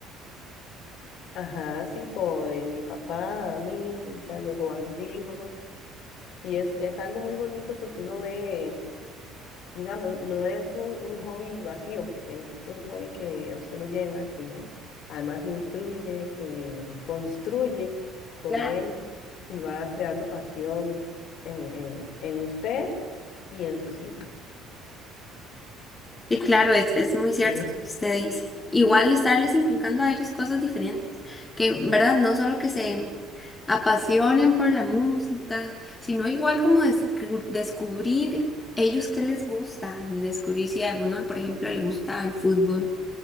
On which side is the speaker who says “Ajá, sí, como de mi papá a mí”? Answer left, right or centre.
Left